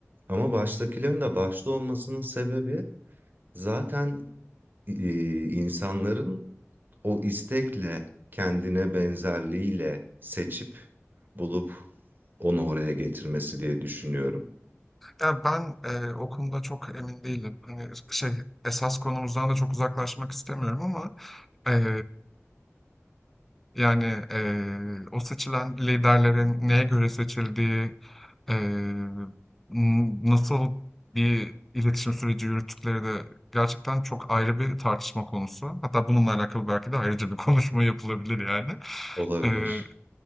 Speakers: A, on the right; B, in the centre.
A: Ama baştakilerin de başta olmasının sebebi zaten e, insanların o istekle, kendine benzerliğiyle seçip bulup onu oraya getirmesi diye düşünüyorum.
B: Ya ben e, o konuda çok emin değilim. Hani şey esas konumuzdan da çok uzaklaşmak istemiyorum ama e, Yani, eee, o seçilen liderlerin neye göre seçildiği, eee, n nasıl bir iletişim süreci yürüttükleri de gerçekten çok ayrı bir tartışma konusu. Hatta bununla alakalı belki de ayrıca bir <laughs> konuşma yapılabilir yani.
A: Olabilir.
B: Eee,